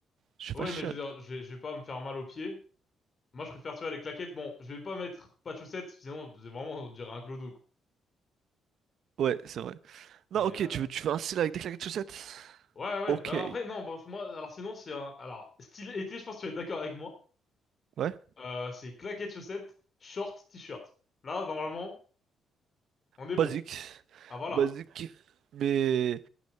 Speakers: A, on the right; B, on the left.
A: Je suis
B: Ouais,
A: fashion.
B: mais je veux dire, je, je vais pas me faire mal aux pieds. Moi, je préfère, tu vois, les claquettes. Bon, je vais pas mettre pas de chaussettes, sinon, c'est vraiment, on dirait un clodo, quoi.
A: Ouais, c'est vrai. Non,
B: Mais...
A: ok,
B: euh,
A: tu veux, tu veux un style avec des claquettes de chaussettes?
B: Ouais, ouais.
A: Ok.
B: ouais. Bah après, non, bref, moi, alors sinon, c'est un... Alors, style été, je pense que tu vas être d'accord avec moi.
A: Ouais,
B: Euh, c'est claquettes, chaussettes, shorts t-shirt. Là, normalement, on est
A: basique.
B: bon. Ah, voilà.
A: Basique. Mais